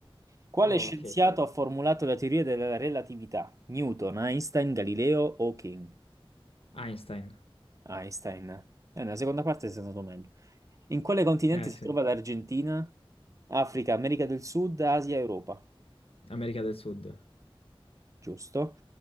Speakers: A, on the right; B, on the left.
A: Quale
B: Oh,
A: scienziato
B: ok.
A: ha formulato la teoria della relatività? Newton, Einstein, Galileo o King?
B: Einstein.
A: Einstein. Eh, nella seconda parte sei andato meglio. In quale continente
B: Eh
A: si
B: sì,
A: trova l'Argentina? Africa, America del Sud, Asia, Europa?
B: America del Sud.
A: Giusto.